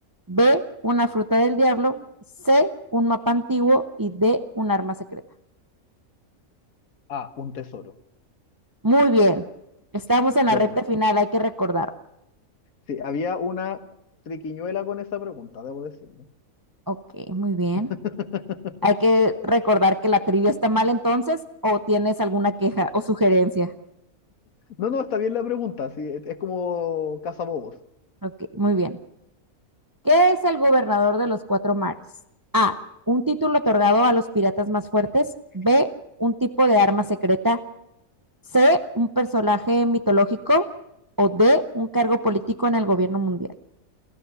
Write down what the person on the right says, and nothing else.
B, una fruta del diablo, C, un mapa antiguo y D, un arma secreta.
Muy bien, estamos
en la recta final, hay que recordar.
Ok, muy bien.
Hay que recordar que la trivia está mal entonces o tienes alguna queja o sugerencia.
Ok, muy bien. ¿Qué es el gobernador de los cuatro mares? A, un título otorgado a los piratas más fuertes, B, un tipo de arma secreta, C, un personaje mitológico o D, un cargo político en el gobierno mundial.